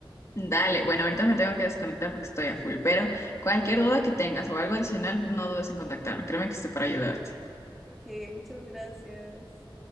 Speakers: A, on the left; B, in the centre.
A: Dale, bueno, ahorita me tengo que desconectar porque estoy a full, pero cualquier duda que tengas o algo adicional, no dudes en contactarme. Créeme que estoy para ayudarte.
B: Ok, muchas gracias.